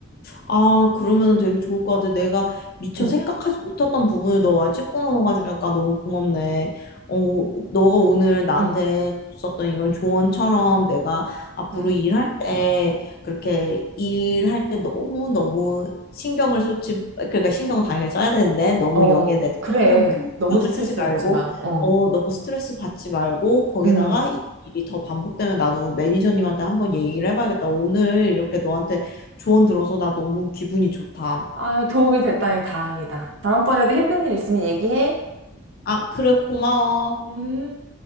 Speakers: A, on the left; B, on the right.
A: 아, 그러면 되게 좋을 것 같아. 내가 미처
B: 응,
A: 생각하지 못했던 부분을 너가 짚고 넘어가주니까 너무 고맙네. 어, 너가 오늘 나한테
B: 응,
A: 줬었던 이런 조언처럼 내가 앞으로
B: 응.
A: 일할 때 그렇게 일할 때 너무너무 신경을 쏟지, 그러니까 신경 당연히 써야 되는데 너무
B: 어,
A: 여기에 대해서
B: 그래.
A: 신경, 큰
B: 너무
A: 신경을
B: 스트레스
A: 쓰지 말고,
B: 받지 마. 어,
A: 어, 너무 스트레스 받지 말고, 거기다가
B: 응.
A: 이 일이 더 반복되면 나도 매니저님한테 한번 얘기를 해봐야겠다. 오늘 이렇게 너한테 조언 들어서 나 너무 기분이 좋다.
B: 아, 도움이 됐다니 다행이다. 다음번에도 힘든 일 있으면 얘기해.
A: 아, 그래, 고마워.
B: 음.